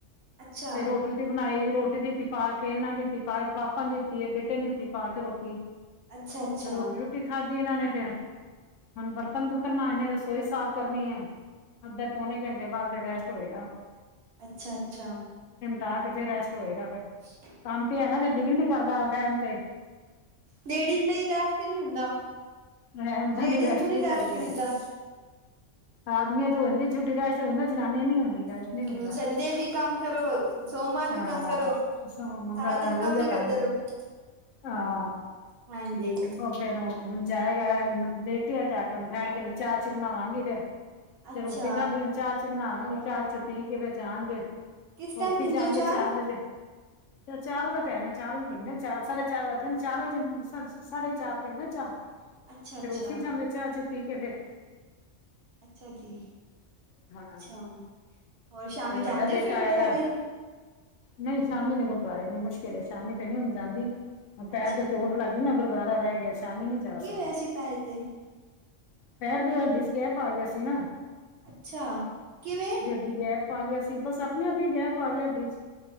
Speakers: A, on the right; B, on the left.
A: ਅੱਛਾ
B: ਫੇਰ ਰੋਟੀ ਰੋਟੀ ਬਣਾਈ ਰੋਟੀ ਦਿੱਤੀ ਪਾ ਕੇ ਇਹਨਾਂ ਨੇ ਦਿੱਤੀ ਪਾ ਪਾਪਾ ਨੇ ਦਿੱਤੀ ਹੈ ਬੇਟੇ ਨੇ ਦਿੱਤੀ ਪਾ ਕੇ ਰੋਟੀ
A: ਅੱਛਾ ਅੱਛਾ
B: ਤੇ ਰੋਟੀ ਰੋਟੀ ਖਾਧੀ ਇਹਨਾਂ ਨੇ ਫੇਿਰ ਹੁਣਰ ਤਨ ਪੁਰਤਨ ਮ ਇਹਨੇ ਰਸੋਈ ਸਾਫ਼ ਕਰਨੀ ਹੈ ਅੱਧੇ ਪੌਣੇ ਘੰਟੇ ਬਾਅਦ ਫ ਰੈਸਟ ਹੋਏਗਾ
A: ਅੱਛਾ ਅੱਛਾ
B: ਾਹ ਕੇ ਫਿਰ ਰਸਟ ਹੋਏਗਾ ਫਿਰ
A: <inaudible>
B: ਕੰਮ ਪਿਆ ਨਾ ਫਿਰ ਦਿਲ ਹੀ ਨੀ ਕਰਦਾ ਬਹਿਣ ਤੇ
A: ਲੇਡੀਜ਼ ਲਈ ਰੈਸਟ ਨਹੀਂ ਹੁੰਦਾ
B: ਮੈਂ, ਹੁੰਦਾ
A: ਲੇਡੀਜ਼
B: ਨੀ ਰੈਸਟ
A: ਨੂੰ
B: ਕੀ ਕਰੀਏ,
A: ਮਿਲਦਾ
B: ਆਦਮੀਆਂ ਤੋਂ ਹੋ ਜਾਂਦੀ ਝੂਟੀ ਰਸ਼ ਹੁੰਦਾ, ਜਨਾਨੀ ਨੀ ਹੁੰਦੀ ਰੈਸਟ
A: ਹਮ
B: ਨੀ ਮਿਲਦਾ,
A: ਸੰਡੇ ਵੀ ਕੰਮ ਕਰੋ ਸੋਮਵਾਰ
B: ਹਾਂ
A: ਵੀ ਕੰਮ ਕਰੋ ਸਾਰਾ
B: ਸ ਮੰਗਲਵਾਰ
A: ਦਿਨ
B: ਰੋਜ਼
A: ਹੀ
B: ਕੰਮ
A: ਕਰਦੇ
B: ਹੈ
A: ਰਹੋ
B: ਹਾਂ <unintelligible>
A: ਹਾਂਜੀ
B: ਉਹ ਫੇਰ ਹੁਣ ਜਾਏਗਾ ਲੇਟਿਆ ਜਾਟ ਹੁਣ ਠਹਿਰ ਕੇ ਚਾਹ ਚੀ ਬਣਾਵਾਂਗੀ ਫੇਰ
A: ਅੱਛਾ
B: ਤੇ ਰੋਟੀ ਖਾਧੀ, ਹੁਣ ਚਾਹ ਚੁ ਬਣਾਵਾਂਗੇ, ਚਾਹ ਚੁ ਪੀ ਕੇ ਫੇਰ ਜਾਣਗੇ
A: ਕਿਸ ਟਾਈਮ
B: ਆਫਿਸ
A: ਪੀਂਦੇ
B: ਜਾਣਗੇ
A: ਹੋ ਚਾਹ
B: ਚਾਰ ਵਜੇ ਚ ਚਾਰ ਵ ਦਾ ਟਾਈਮ ਚਾਰ ਵਜੇ ਪੀਂਦੇ, ਚਾਰ ਸਾਢੇ ਚਾਰ ਵੱਜ ਜਾਂਦੇ ਚਾਰ ਵਜੇ ਸਾਢੇ ਚਾਰ ਪੀਂਦੇ ਨਾ ਚਾਹ,
A: ਅੱਛਾ ਅੱਛਾ
B: ਫਿਰ ਆਫਿਸ ਜਾਂਦੇ ਚਾਹ ਚੁ ਪੀ ਕੇ ਫਿਰ
A: ਅੱਛਾ ਜੀ,
B: ਹਾਂ
A: ਅੱਛਾ, ਹੋਰ ਸ਼ਾਮੀ
B: ਫੇਰ
A: ਜਾਂਦੇ
B: ਵੱਡਾ
A: ਹੋ
B: ਬੇਟਾ
A: ਫਿਰ ਗੁਰਦੁਆਰੇ
B: ਆਏਗਾ ਨਹੀਂ, ਸ਼ਾਮੀ ਦੇ ਗੁਰਦੁਆਰੇ ਨੀ, ਮੁਸ਼ਕਿਲ ਸ਼ਾਮੀ ਤੇ ਨਹੀਂ ਹੁਣ ਜਾਂਦੀ, ਪੈਰ
A: ਅੱਛਾ
B: ਤੇ ਚੋਟ ਲੱਗ ਵੀ ਨਾ, ਗੁਰਦੁਆਰਾ ਰਹਿ ਗਿਆ, ਸ਼ਾਮੀ ਨੀ ਜਾ
A: ਕੀ
B: ਸਕਦੀ।
A: ਹੋਇਆ ਸੀ ਪੈਰ ਤੇ
B: ਪੈਰ ਦੀ ਹੱਡੀ 'ਚ ਗੈਪ ਆ ਗਿਆ ਸੀ ਨਾ-
A: ਅਛਾ, ਕਿਵੇ-
B: ਵਿਚ ਗੈਪ ਆ ਗਿਆ ਸੀ, ਬਸ ਆਪਣੇ ਆਪ ਗੈਪ ਆ ਗਿਆ ਹੱਡੀ 'ਚ,